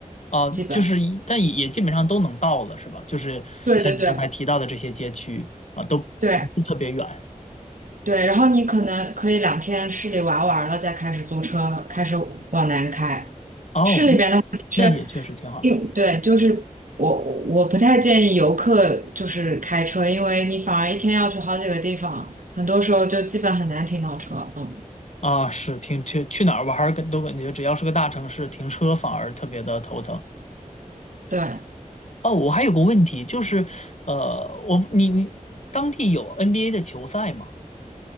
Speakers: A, on the left; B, on the right.
A: 啊，
B: 基本。
A: 就是一但也也基本上都能到了，是吧？就是像你刚才提到的这些街区啊，
B: 对对对
A: 都不是特别远。
B: 对对。然后你可能可以两天市里玩完了，再开始租车，开始往南开。
A: 哦，
B: 市里边的话，
A: 嗯那也确实挺好
B: 其实因对，就是我我不太建议游客就是开车，因为你反而一天要去好几个地方，很多时候就基本很难停到车。嗯，
A: 啊。是，停去去哪儿玩儿，都感觉只要是个大城市，停车反而特别的头疼。
B: 对，
A: 哦，我还有个问题，就是呃，我你你当地有 NBA 的球赛吗？